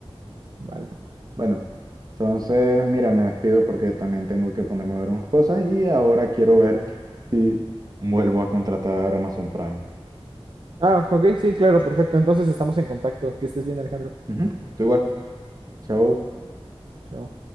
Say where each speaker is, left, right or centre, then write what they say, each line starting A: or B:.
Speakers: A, on the right; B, on the right.
A: Vale.
B: Bueno, entonces, mira, me despido porque también tengo que ponerme a ver unas cosas y ahora quiero ver si vuelvo a contratar Amazon Prime.
A: Ah, ok, sí, claro, perfecto. Entonces estamos en contacto. Que estés bien, Alejandro.
B: Ujú, Tú igual. Chao.
A: Chao.